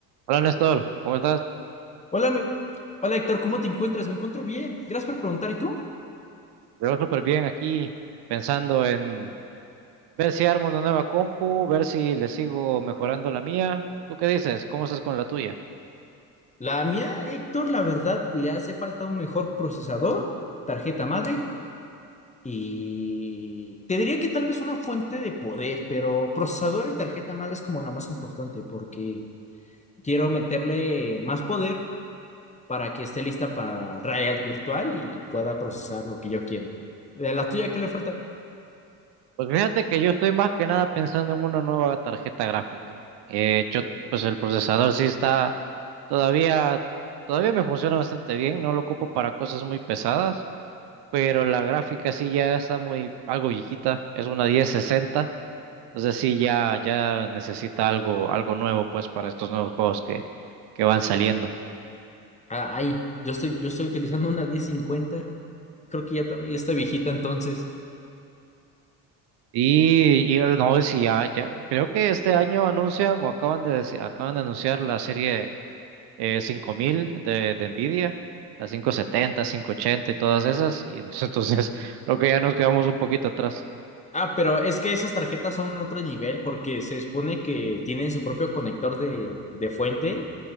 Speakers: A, on the right (about 60°); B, on the left (about 15°).
A: Hola Néstor, ¿cómo estás?
B: Hola, mi- Hola Héctor, ¿cómo te encuentras? Me encuentro bien. Gracias por preguntar. ¿Y tú?
A: Te veo súper bien aquí, pensando en ver si armo una nueva compu, ver si le sigo mejorando la mía. ¿Tú qué dices? ¿Cómo estás con la tuya?
B: La mía, Héctor, la verdad, le hace falta un mejor procesador, tarjeta madre y te diría que tal vez una fuente de poder, pero procesador y tarjeta madre es como lo más importante porque quiero meterle más poder para que esté lista para realidad virtual y pueda procesar lo que yo quiera. ¿De la tuya qué le falta?
A: Pues fíjate que yo estoy más que nada pensando en una nueva tarjeta gráfica. Eh, yo, pues el procesador sí está todavía, todavía me funciona bastante bien, no lo ocupo para cosas muy pesadas, pero la gráfica sí ya está muy algo viejita, es una 1060 o sea sí, ya, ya necesita algo, algo nuevo pues para estos nuevos juegos que, que van saliendo.
B: Ah, ahí, yo estoy, yo estoy utilizando una 1050. Creo que ya también ya está viejita entonces.
A: Y, y el- no, si ya, ya, creo que este año anuncian o acaban de, deci- acaban de anunciar la serie eh, 5000 de, de Nvidia, la cinco setenta, cinco ochenta y todas esas. Y <laughs> entonces creo que ya nos quedamos un poquito atrás.
B: Ah, pero es que esas tarjetas son otro nivel porque se supone que tienen su propio conector de, de fuente